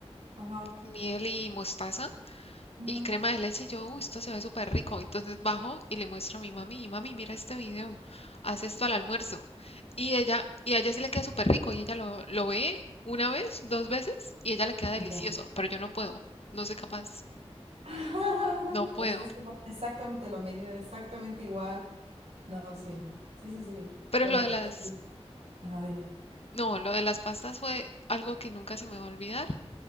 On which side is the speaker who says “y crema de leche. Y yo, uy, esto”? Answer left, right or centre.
Left